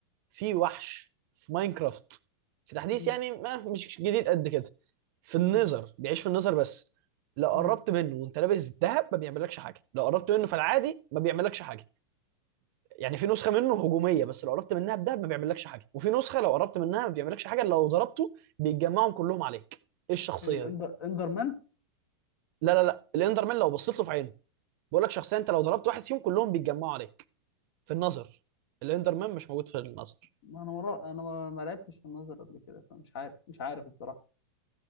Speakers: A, on the right (about 55°); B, on the left (about 65°).
A: في وحش في ماينكرافت في تحديث
B: مم.
A: يعني ما مش جديد قد كده في النظر
B: مم.
A: بيعيش في النظر بس لو قربت
B: مم.
A: منه وانت لابس ذهب ما بيعملكش حاجه لو قربت منه في العادي ما بيعملكش حاجه يعني في نسخه منه هجوميه بس لو قربت منها بذهب ما بيعملكش حاجه وفي نسخه لو قربت منها ما بيعملكش حاجه لو ضربته بيتجمعهم كلهم عليك ايه الشخصيه
B: ايه الاندر
A: دي
B: اندرمان
A: لا لا لا الاندرمان لو بصيت له في عينه بقول لك شخصيه انت لو ضربت واحد فيهم كلهم بيتجمعوا عليك في النظر الاندرمان مش موجود في النظر
B: ما انا مرا... انا ما ما لعبتش في النظر قبل كده فمش عارف مش عارف الصراحة